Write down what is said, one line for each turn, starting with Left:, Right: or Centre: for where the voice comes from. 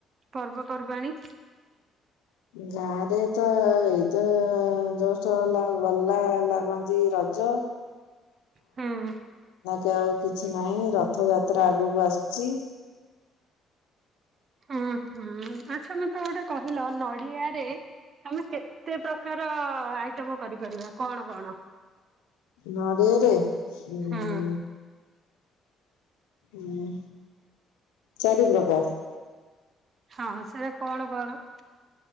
Right: ପର୍ବପର୍ବାଣି
Left: ଗାଁ ରେ ତ ଏଇତ ଜଷ୍ଟ ହେଲା ଗଲା ହେଲା କନ୍ତି ରଜ।
Right: ହଁ।
Left: ତି ଆଉ କିଛି ନାହିଁ ରଥଯାତ୍ରା ଆଗୁକୁ ଆସୁଚି।
Right: ହଁ ହ ଆଛା ମତେ ଗୋଟେ କହିଲ ନଡିଆରେ ଆମେ କେତେ ପ୍ରକାର ଆଇଟମ କରିପାରିବା କଣ କଣ?
Left: ନଡ଼ିଆରେ ଉଁ
Right: ହୁଁ
Left: ହୁଁ ଚାରି ପ୍ରକାର।
Right: ହଁ ସେରା କଣ କଣ?